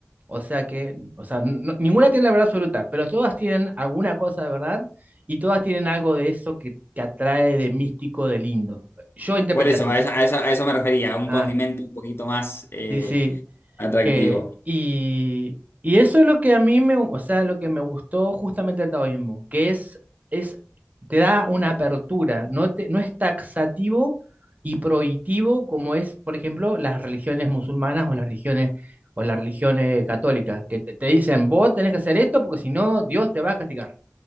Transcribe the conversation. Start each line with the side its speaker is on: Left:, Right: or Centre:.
Right: o sea que, o sea, no- ninguna tiene la verdad absoluta, pero todas tienen alguna cosa de verdad y todas tienen algo de eso que, que atrae de místico, de lindo. Yo interpreté
Left: Por eso,
Right: así.
Left: a eso, a eso, a eso me refería, a un
Right: Ah,
Left: condimento un poquito más eh,
Right: sí, sí
Left: atractivo.
Right: que, y, y eso es lo que a mí me, o sea, lo que me gustó justamente del taoísmo, que es, es, te da una apertura, no te- no es taxativo y prohibitivo como es, por ejemplo, las religiones musulmanas o las religiones, o las religiones católicas, que te, te dicen, vos tenés que hacer esto porque si no, Dios te va a castigar,